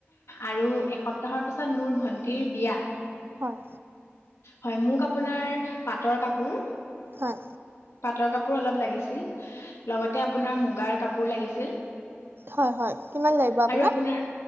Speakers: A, on the left; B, on the right.
A: আৰু এসপ্তাহৰ পিছত মোৰ ভন্টিৰ বিয়া।
B: হয়।
A: হয় মোক আপোনাৰ পাটৰ কাপোৰ
B: হয়
A: পাটৰ কাপ কাপোৰ অলপ লাগিছিল লগতে আপোনাৰ মুগাৰ কাপোৰ লাগিছিল।
B: হয় হয় কিমান লাগিব আপোনাক
A: আৰু আপোনাৰ